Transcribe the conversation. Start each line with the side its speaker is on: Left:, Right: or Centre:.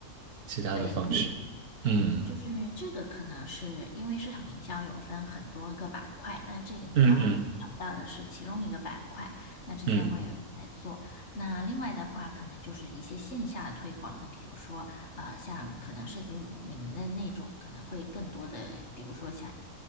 Right: 其他的方式？
Left: 对。
Right: 嗯
Left: 就是这个可能是因为市场营销有分很多个板块，那这个你刚刚聊到的是其中一个板块，
Right: 嗯嗯
Left: 那之前我也有在做。
Right: 嗯
Left: 那另外的话，可能就是一些线下的推广，那比如说呃，像可能涉及你们的那种，可能会更多的，比如说像